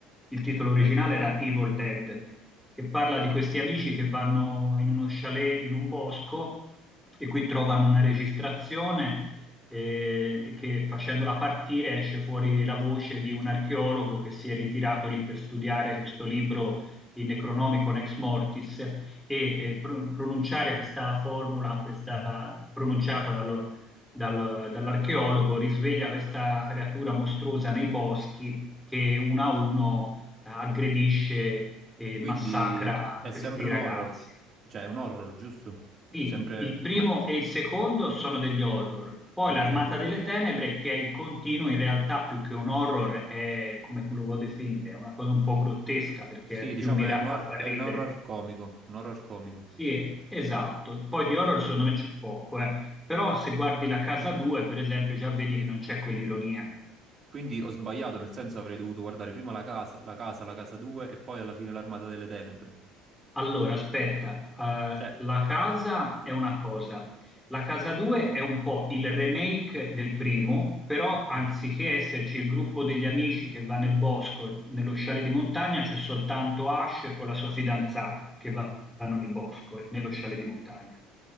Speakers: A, in the centre; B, on the right (about 30°).
A: Il titolo
B: ok.
A: originale era Evil Dead, che parla di questi amici che vanno in uno chalet in un bosco e qui trovano una registrazione eh, che facendola partire esce fuori la voce di un archeologo che si è ritirato lì per studiare questo libro, il Necronomicon ex mortis, e eh, pro- pronunciare questa formula, questa pronunciata dallo- dal- dall'archeologo, risveglia questa creatura mostruosa nei boschi che uno a uno eh, aggredisce e
B: Quindi
A: massacra
B: è sempre
A: questi
B: un
A: ragazzi.
B: horror, cioè è un horror, giusto?
A: Sì,
B: Sempre,
A: il primo
B: ma
A: e il secondo sono degli horror, poi
B: ok.
A: l'Armata delle Tenebre, che è il continuo, in realtà più che un horror, è come lo vuoi definire, è una cosa un po' grottesca perché
B: Sì,
A: è
B: diciamo
A: più mirata
B: è un, hor-
A: a far
B: è
A: ridere.
B: un horror comico, un horror comico.
A: Sì, eh, esatto. Poi di horror secondo me c'è poco, eh. Però se guardi La Casa 2, per esempio, già vedi che non c'è quell'ironia.
B: Quindi ho sbagliato, nel senso avrei dovuto guardare prima la casa, la casa, la casa 2 e poi alla fine l'Armata delle Tenebre.
A: Allora, aspetta, eh,
B: Cioè,
A: la casa è una cosa, la casa 2 è un po' il remake del primo, però
B: ok,
A: anziché esserci il gruppo degli amici che va nel bosco, e nello scialle di montagna, c'è soltanto Ash con la sua fidanzata che va- vanno nel bosco, e nello scialle di montagna.